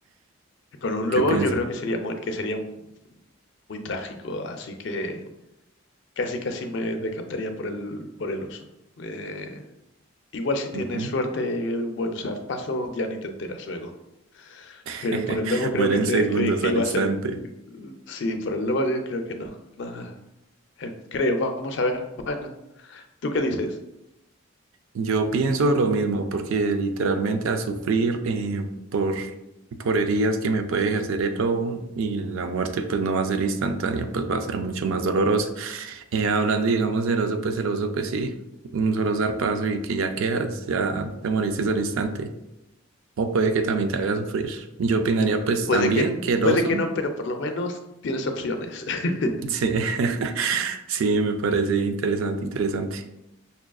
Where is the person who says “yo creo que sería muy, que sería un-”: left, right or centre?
Left